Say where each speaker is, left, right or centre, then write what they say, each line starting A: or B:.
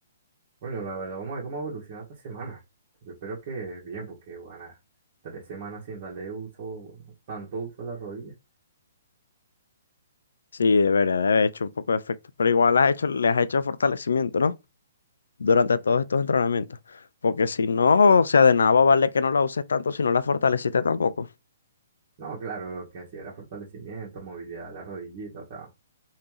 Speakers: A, on the right; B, on the left.
A: bueno, la verdad, vamos a ver cómo evoluciona esta semana. Yo espero que bien, porque van a tres semanas sin darle uso, bueno, tanto uso a la rodilla.
B: Sí, debería de haber hecho un poco de efecto, pero igual has hecho, le has hecho fortalecimiento, ¿no? Durante todos estos entrenamientos. Porque si no, o sea, de nada va a valer que no la uses tanto si no la fortaleciste tampoco.
A: No, claro, lo que hacía era fortalecimiento, movilidad de la rodillita, o sea,